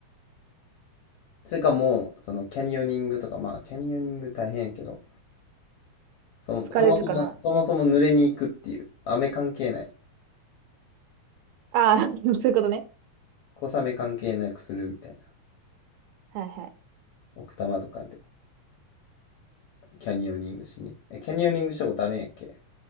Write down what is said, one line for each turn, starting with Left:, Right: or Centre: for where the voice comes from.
Left: それかもう、そのキャニオニングとか、まあ、キャニオニング大変やけど、そ、
Right: 疲れるかな
Left: そもそも、そもそも濡れに行くっていう、雨関係ない、
Right: ああ、<laughs> そういうことね。
Left: 小雨関係なくするみたいな、
Right: はいはい。
Left: 奥多摩とかでキャニオニングしに行く。え、キャニオニングしたことあるんやっけ